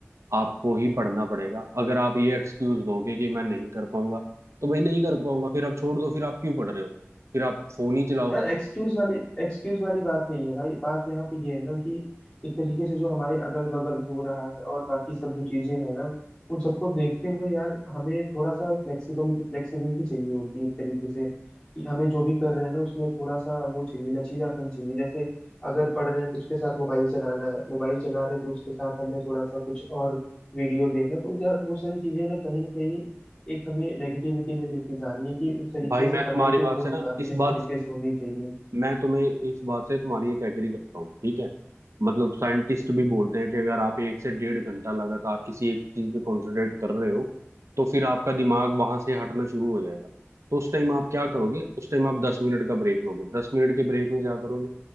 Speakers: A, on the right; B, on the left.
A: आपको ही पढ़ना पड़ेगा अगर आप ये एक्सक्यूज दोगे कि मैं नहीं कर पाऊंगा तो भाई नहीं कर पाऊंगा फिर आप छोड़ दो फिर आप क्यों पढ़ रहे हो फिर आप फोन ही चलाओ
B: यार एक्सक्यूज वाली एक्सक्यूज वाली बात नहीं है भाई बात यहाँ पे ये है ना कि एक तरीके से जो हमारे अगल बगल हो रहा है और बाकी सब जो चीजें हैं ना उन सबको देखते हुए यार हमें थोड़ा सा फ्लेक्सिबल फ्लेक्सिबिलिटी चाहिए होती है एक तरीके से कि हमें जो भी कर रहे हैं ना उसमें थोड़ा सा वो चाहिए लचीलापन चाहिए जैसे अगर पढ़ रहे हैं तो उसके साथ मोबाइल चलाना है मोबाइल चला रहे हैं तो उसके साथ हमें थोड़ा सा कुछ और वीडियो देखना तो यार वो सारी चीजें ना कहीं ना कहीं एक हमें नेगेटिविटी में लेके जा रही है कि उस तरीके
A: भाई
B: से
A: मैं
B: पढ़ाई
A: तुम्हारी
B: फिर
A: बात
B: हो
A: से
B: नहीं
A: ना
B: पाती
A: इस
B: जिस
A: बात
B: तरीके से होनी चाहिए
A: मैं तुम्हें इस बात से तुम्हारी एक एग्री करता हूँ ठीक है मतलब साइंटिस्ट भी बोलते हैं कि अगर आप एक से डेढ़ घंटा लगातार किसी एक चीज पे कंसंट्रेट कर रहे हो तो फिर आपका दिमाग वहां से हटना शुरू हो जाएगा तो उस टाइम आप क्या करोगे उस टाइम आप दस मिनट का ब्रेक लोगे दस मिनट के ब्रेक में क्या करोगे